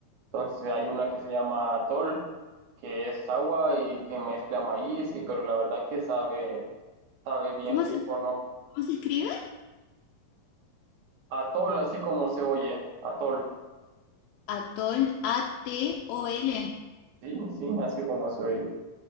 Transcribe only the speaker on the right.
Entonces hay una que se llama atol, que es agua y que mezcla maíz, y, pero la verdad que sabe, sabe bien
rico,
¿no?
Atol, así como se oye. Atol.
Sí, sí, así como se oye.